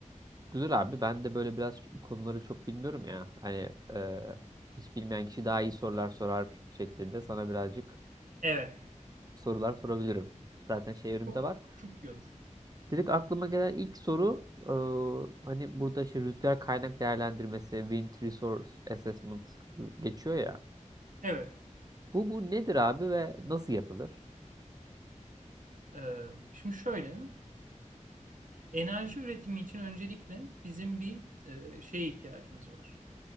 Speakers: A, on the right; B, on the right.
A: Güzel abi. Ben de böyle biraz bu konuları çok bilmiyorum ya. Hani e, hiç bilmeyen kişi daha iyi sorular sorar şeklinde sana birazcık
B: Evet.
A: sorular sorabilirim. Zaten şey önümde
B: Çok,
A: var.
B: çok iyi olur.
A: Direkt aklıma gelen ilk soru e, hani burada işte rüzgar kaynak değerlendirmesi, Wind Resource Assessment ıı, geçiyor ya.
B: Evet.
A: Bu bu nedir abi ve nasıl yapılır?
B: E, şimdi şöyle, enerji üretimi için öncelikle bizim bir e, şeye ihtiyacımız var.